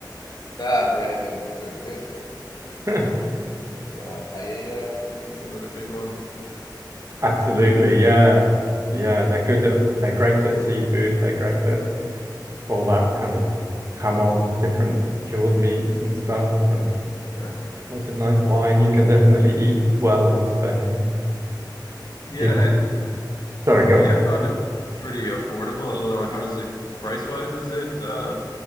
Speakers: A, on the left (about 60°); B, on the right (about 40°).
A: Ah, right, yeah, very good.
B: <laughs>
A: Uh, paella, I think was another big one.
B: Absolutely. Yeah. Yeah, they're good at they're great at seafood, they're great at all that kind of ham on, different cured meats and stuff and
A: Yeah,
B: Lots of nice wine. You can definitely eat well in Spain.
A: yeah,
B: You-
A: and I,
B: sorry,
A: For
B: go
A: me,
B: on.
A: I found it pretty affordable. I don't know how does it price wise, is it uh,